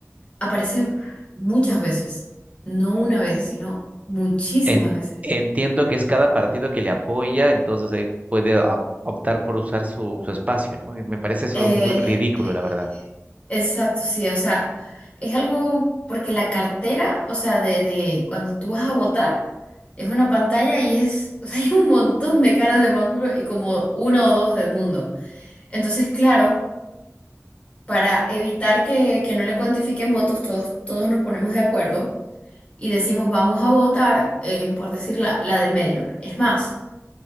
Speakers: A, on the left (about 25°); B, on the right (about 30°).
A: Aparece muchas veces, no una vez, sino muchísimas
B: En-
A: veces.
B: entiendo que es cada partido que le apoya, entonces él puede op- optar por usar su, su espacio, ¿no? Y me parece eso
A: Eh,
B: muy ridículo,
A: eh,
B: la verdad.
A: exacto, sí, o sea, es algo porque la cartera, o sea, de, de cuando tú vas a votar, es una pantalla y es, o sea, <laughs> hay un montón de caras de Maduro y como una o dos del mundo. Entonces, claro, para evitar que, que no le cuantifiquen votos, todos, todos nos ponemos de acuerdo y decimos, vamos a votar, eh, por decir la, la del medio. Es más.